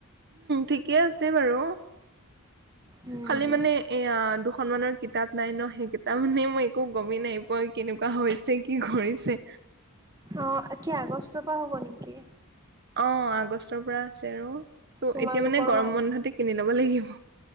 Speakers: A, on the right; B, on the right.
A: ঠিকেই আছে বাৰু।
B: উম
A: খালি মানে এয়া দুখনমানৰ কিতাপ নাই ন সেই কিতাপ মানে মই একো গমেই নাই পোৱা কেনেকুৱা হৈছে, কি কৰিছে?
B: অ কি আগষ্টৰ পৰা হ'ব নেকি?
A: অ আগষ্টৰ পৰা আছে আৰু ত
B: তোমালোকৰ
A: এতিয়া মানে গৰম
B: ন?
A: বন্ধতে কিনি ল'ব লাগিব।